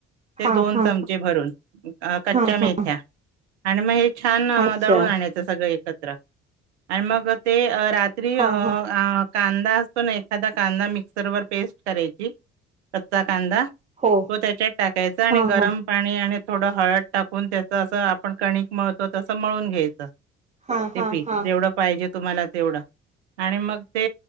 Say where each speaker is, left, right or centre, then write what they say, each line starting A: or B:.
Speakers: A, on the right (about 75°); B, on the right (about 20°).
A: ते
B: हा
A: दोन
B: हा
A: चमचे भरून कच्च्या
B: हा हा हा
A: मेथ्या आणि मग हे छान
B: अच्छा
A: दळून आणायचं सगळं एकत्र आणि मग ते रात्री
B: हा
A: अ
B: हा
A: कांदा असतो ना एखादा कांदा मिक्सर वर पेस्ट करायची कच्चा कांदा
B: हो
A: तो त्याच्यात टाकायचा आणि
B: हा
A: गरम
B: हा
A: पाणी आणि थोडं हळद टाकून त्याच असं आपण कणिक मळतो तसं मळून घ्यायचं
B: हा
A: ते
B: हा
A: पीठ
B: हा
A: जेवढं पाहिजे तुम्हाला तेवढं आणि मग ते